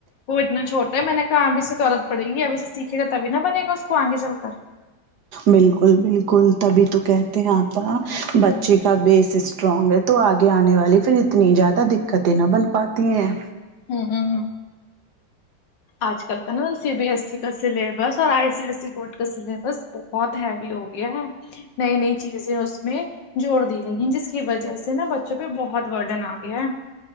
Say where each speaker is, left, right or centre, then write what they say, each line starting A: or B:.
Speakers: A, on the left; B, on the right.
A: وہ اتنا چھوٹا ہے میں نے کھا ابھی سے عادت پڑے گی ابھی سے سیکھے گاتبھی نہ بنے گا اس کو آگے چل کر
B: بالکل بالکل تبھی تو کہتے ہیں اپا بچے کا بیس اسٹرانگ ہے تو آگے آنے والی پھر اتنی زیادہ دقتیں نہ بن پاتی ہیں
A: ہوں آج کل کا نا سی بی ایس س کا سلیبس اور I C I S C board کا سلیبس بہت ہیوی ہو گیا ہے نئی نئی چیزیں اس میں جوڑ دی گئی ہیں جس کی وجہ سے نا بچوں پہ بہت ورڈن آ گیا ہے